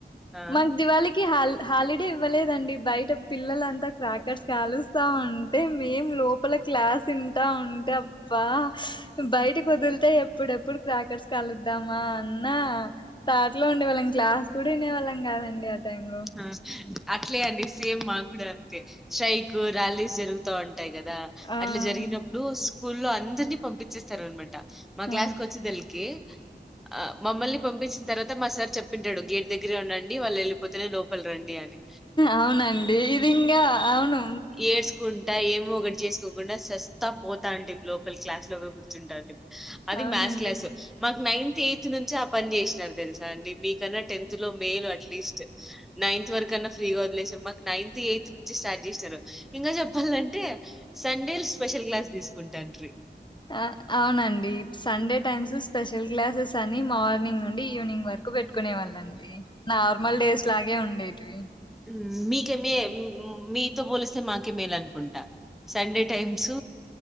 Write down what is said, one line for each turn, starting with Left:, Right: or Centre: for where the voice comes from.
Centre: ఆ!
Left: మగ దివాళికి హల్ హాలిడే ఇవ్వలేదండి బయట పిల్లలంతా క్రాకెట్స్ కలుస్తా ఉంటే మేం లోపల క్లాస్ తంటా ఉంట అబ్బా బయట వదులితే ఎప్పుడెప్పుడు క్రాకర్స్ కలుద్దామా అన్నా తాటలో ఉండేవాళ్ళం క్లాస్ కూడా వినేవాళ్ళం కాదండి ఆ టైం లో
Centre: ఆ అట్లే అండి సేమ్ మాకుడు అంతే షైక్ ర్యాలీస్ జరుగు ఉంటాయి కదా
Left: ఆ
Centre: అట్లా జరిగినప్పుడు స్కూ లో అందరినీ పంపించేస్తారు అనమాట మా
Left: ఆ
Centre: క్లాస్ క వచ్చిదిలికి ఆ మమ్మల్ని పంపించిన తర్వాత మా సార్ చెప్పింటాడు గేట్ దగ్గరే ఉండండి వాళ్ళు వెళ్ళి పోతునే లోపల రండి డి అని
Left: అవునండి ఇది ఇంగా అవును
Centre: ఏడుస్కున్ టా ఏమో ఒకటి చేసుకోకుండా శస్తా పోతాంటిమి లో క్లాస్ లోగా కూర్చుంటారండి అది
Left: అవునండి
Centre: మ్యాథ్ క్లాస్ మాకు నైన్త్ ఎయిత్ నుంచి ఆ పని చేసినారు తెలుసా అండి మీకన్నా టెన్త్ లో మేయిలు అట్లీస్ట్ నైన్త్ వరకు అన్నా ఫ్రీగా వదిలేశారు మాకు నైన్త్ ఎయిత్ నుంచి స్టార్ట్ చేశారు ఇంకా చెప్పాలంటే సండే స్పెషల్ క్లాస్ తీసుకుంటాట్రి
Left: ఆ అవునండి సండే టైమ్స్ స్పెషల్ క్లాసెస్ అని మార్నింగ్ నుండి ఈవినింగ్ వరకు పెట్టుకునే వాళ్ళం.. డి నార్మల్ డేస్ లాగే ఉండేటివి
Centre: ఉమ్ మీకే మే-మీతో పోలిస్తే మాకే మేలు అనుకొం ట సండే టైమ్ స్